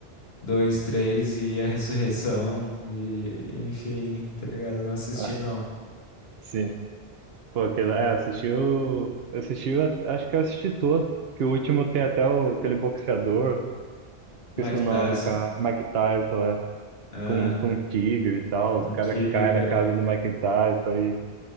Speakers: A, on the left (about 75°); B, on the right (about 70°).
A: dois, três e a ressurreição e enfim, tá ligado? Eu não assisti
B: ah,
A: não.
B: sim. Pô, aquele, é, assistiu, assistiu, acho que eu assisti todo, que o último tem até o, aquele boxeador, esqueci
A: Mike
B: o nome
A: Tyson,
B: do cara, Mike Tyson, é,
A: é,
B: com, com um tigre e tal,
A: um
B: os caras
A: tigre.
B: caem na casa
A: É
B: do Mike Tyson e